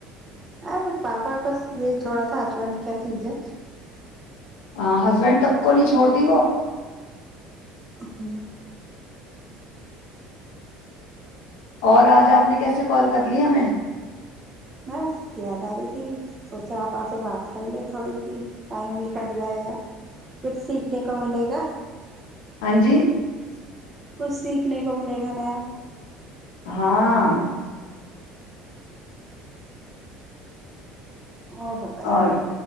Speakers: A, on the right; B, on the left.
A: ارے پاپا کو یہی چھوڑا تھا ہسبینڈ کیا چزے
B: ہاں ہسبینڈ تب کو نہیں چھوڑتی وہ
A: <unintelligible>
B: اور آج آپ نے کیسے کال کر لی ہمیں
A: ب یاداری تھی سوچا آپ آ سے بات کر لیں تھوڑی سی ٹائم بھی کٹ جائے گا کچھ سیکھنے کو ملے گا
B: <unintelligible>
A: کچھ سیکھنے کو ملے گا نیا
B: <unintelligible>
A: اور بتائیے
B: اور